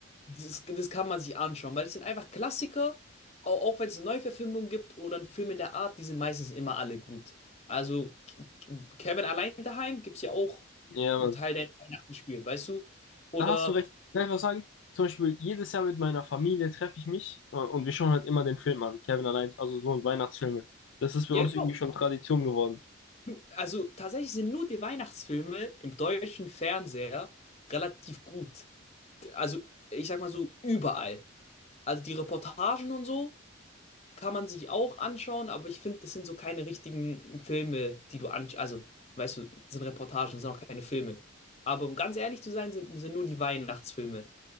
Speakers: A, on the left; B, on the left.
A: Das, das kann man sich anschauen, weil es sind einfach Klassiker, auch, auch wenn es eine Neuverfilmung gibt oder einen Film in der Art, die sind meistens immer alle gut. Also K- Kevin allein daheim gibt es ja auch
B: Ja,
A: einen
B: Mann.
A: Teil, der in Weihnachten spielt, weißt du? Oder,
B: Da hast du recht. Kann ich was sagen? Zum Beispiel, jedes Jahr mit meiner Familie treffe ich mich äh, und wir schauen halt immer den Film an. Kevin allein, also so ein Weihnachtsfilme. Das ist bei
A: ja
B: uns
A: genau,
B: irgendwie schon Tradition geworden.
A: Du- also tatsächlich sind nur die Weihnachtsfilme im deutschen Fernseher relativ gut. D- Also ich sag mal so überall. Also die Reportagen und so. kann man sich auch anschauen, aber ich finde, das sind so keine richtigen Filme, die du anschaust. Also, weißt du, das sind Reportagen, das sind auch keine Filme. Aber um ganz ehrlich zu sein, sind, sind nur die Weihnachtsfilme